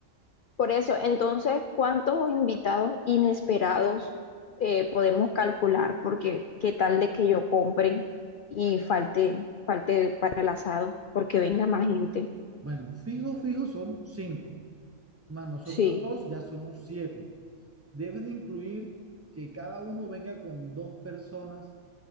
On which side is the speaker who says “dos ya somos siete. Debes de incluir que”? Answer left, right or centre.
Right